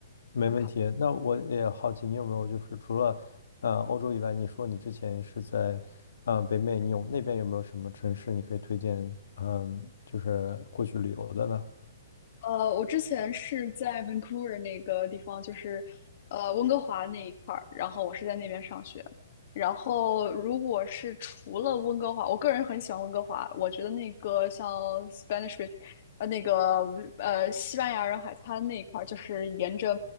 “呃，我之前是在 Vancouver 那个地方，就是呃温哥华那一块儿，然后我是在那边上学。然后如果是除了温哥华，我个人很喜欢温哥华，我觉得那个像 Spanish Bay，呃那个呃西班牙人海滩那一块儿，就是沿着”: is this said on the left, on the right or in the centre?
Left